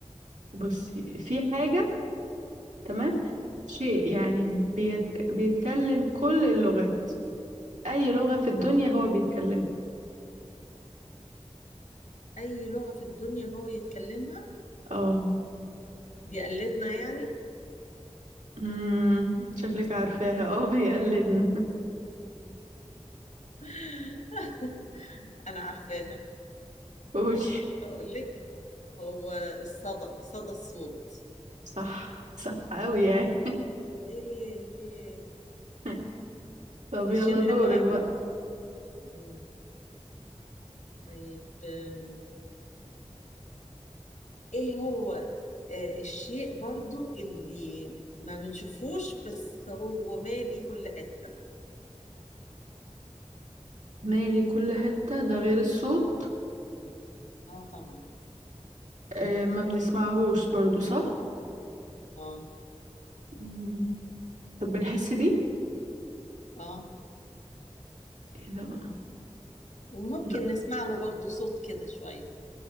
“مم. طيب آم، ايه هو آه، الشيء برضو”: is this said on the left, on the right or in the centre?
Left